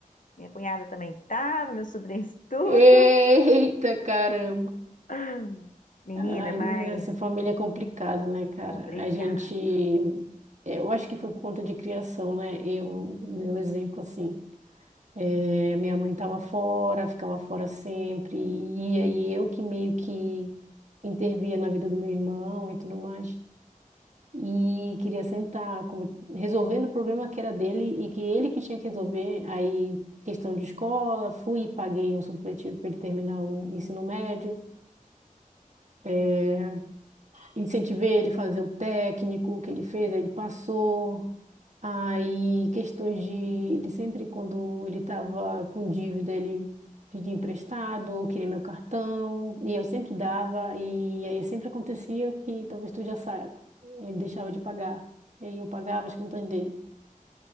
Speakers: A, on the left; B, on the right.
A: Minha cunhada também tava, meus sobrinhos <laughs> tudo.
B: Eita, caramba.
A: <clears throat> Ah, Menina,
B: Ai,
A: mas
B: menina, essa família é complicado, né, cara?
A: complicada.
B: A gente. é, Eu acho que foi por conta de criação, né? Eu, meu exemplo, assim. Eh, minha mãe estava fora, ficava fora sempre, e aí eu que meio que intervia na vida do meu irmão e tudo mais. E queria sentar, como- resolvendo o problema que era dele e que ele que tinha que resolver. Aí, questão de escola, fui e paguei um supletivo para ele terminar o ensino médio. Eh, incentivei ele a fazer o técnico que ele fez, aí ele passou. Aí, questões de, de sempre quando ele estava com dívida, ele pedia emprestado, ou queria meu cartão, e eu sempre dava, e aí sempre acontecia o que talvez tu já saiba. Ele deixava de pagar, e aí eu pagava as contas dele.